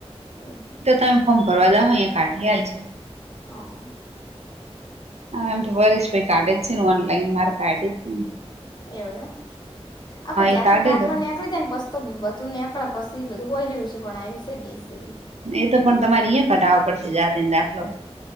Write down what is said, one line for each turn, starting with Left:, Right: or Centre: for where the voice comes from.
Left: એવું
Right: તો તમે ફોર્મ ભરવા જાવ, અહિયા કાઢી આલ શે
Left: હા
Right: હા, એમ તો હરેસ ભઈ કાઢે જ છે ન ઓનલાઈન માર કાઢયુતુન.
Left: એવું એમ. આપડે જાતિન
Right: એ કાઢે
Left: દાખલો
Right: તો
Left: નેકળી જાય ન પસ તો બધું નેકળે પસી બધું હોય રહયુ શે, પણ આય રયુ શે જેશે ઈ.
Right: એ તો પણ તમાર ઈય કઢાવો પડશે જાતિન દાખલો.